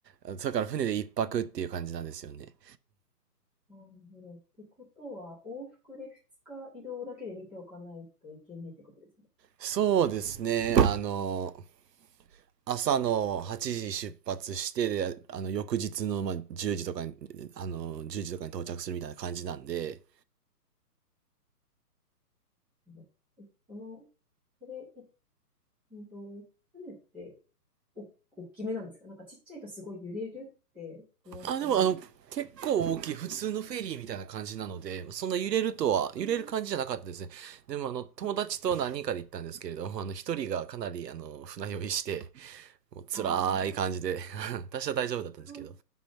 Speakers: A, on the right (about 85°); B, in the centre.
A: の、だから船で一泊っていう感じなんですよね。
B: なるほど。ってことは、往復で2日移動だけで見ておかないといけないってことですね。
A: そうですね。あの、朝の8時出発して、で、あの、翌日の、まあ、10時とかに、あの、10時とかに到着するみたいな感じなんで、
B: なるほどえその、それうんと、船ってお、大きめなんですかなんかちっちゃいとすごい揺れるって言いますけど。
A: あ、でも、あの、結構大きい、普通のフェリーみたいな感じなので、そんな揺れるとは、
B: あー、
A: 揺れる感じじゃなかったですね。でも、あの、友達と何人かで行ったんですけれども、
B: あ、
A: あの、一人がかなり、あの、船酔いして、もう辛い感じで、
B: あー、
A: <laughs> 私は大丈夫だったんですけど、
B: かわいい。